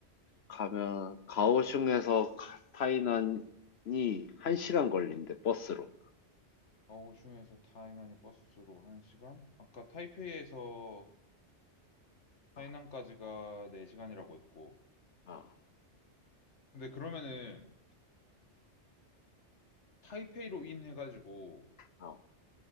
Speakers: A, on the left (about 65°); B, on the left (about 80°).
A: 가면 가오슝에서 가- 타이난이 한 시간 걸린대 버스로.
B: 가오슝에서 타이난이 버스로 1시간? 아까 타이페이에서 타이난까지가
A: 아,
B: 4시간이라고 했고.
A: 아,
B: 근데 그러면은 타이페이로 인 해가지고
A: 아,